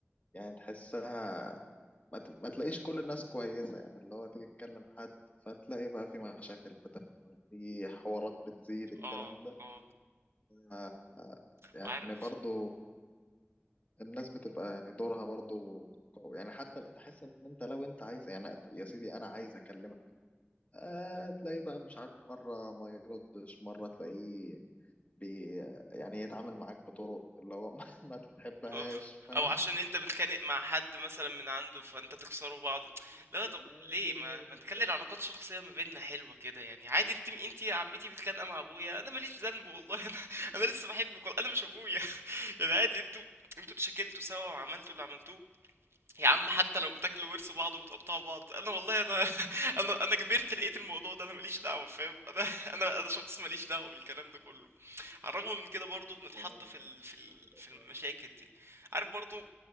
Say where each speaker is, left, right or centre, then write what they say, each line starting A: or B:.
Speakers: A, on the left; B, on the right.
A: يعني تحسها ما, ت... ما تلاقيش كل الناس كويسة يعني اللي هو تيجي تكلم حد فتلاقي بقى في مشاكل بتحصل في حوارات بتزيد الكلام
B: اه
A: ده
B: اه
A: آه، يعني
B: وعارف
A: برضو الناس بتبقى يعني دورها برضو قوي يعني حتى تحس ان انت لو انت عايز يعني يا سيدي انا عايز اكلمك آه تلاقيه بقى مش عارف مرة ما يردش مرة تلاقيه بي يعني يتعامل معاك بطرق اللي هو <laughs> ما, ما تحبهاش
B: آه.
A: فاهم؟
B: أو عشان أنت بتتخانق مع حد مثلًا من عنده فأنت تكسروا بعض، اللي هو طب
A: أيوه
B: ليه ما ما
A: بالظبط.
B: تخلّي العلاقات الشخصية ما بيننا حلوة كده يعني عادي أنتِ أنتِ يا عمتي متخانقة مع أبويا أنا ما ليش ذنب والله أنا أنا لسه باحبِك والله أنا مش أبويا <laughs> يعني عادي أنتم أنتم اتشكلتوا سوا وعملتوا اللي عملتوه، يا عم حتى لو بتاكلوا ورث بعض وبتقطعوا بعض أنا والله أنا <laughs> أنا أنا كبرت لقيت الموضوع ده أنا ما ليش دعوة فاهم، أنا أنا أنا شخص ما ليش دعوة بالكلام ده كله، على الرغم من كده برضه بنتحط
A: آه،
B: في
A: آه،
B: ال في ال في المشاكل
A: آه،
B: دي، عارف برضه